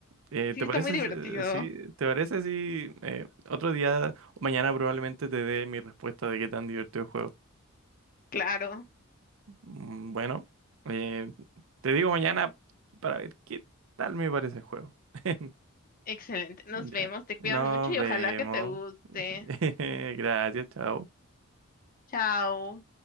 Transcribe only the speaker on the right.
Eh,
¿te
parece,
si- sí? ¿Te parece si eh, otro día, mañana probablemente te dé mi respuesta de qué tan divertido el juego?
Mm, Bueno, eh, te digo mañana para ver qué tal me parece el juego. <laughs>
Ya.
Nos
vemos.
<laughs> Sí. <laughs> Gracias, chao.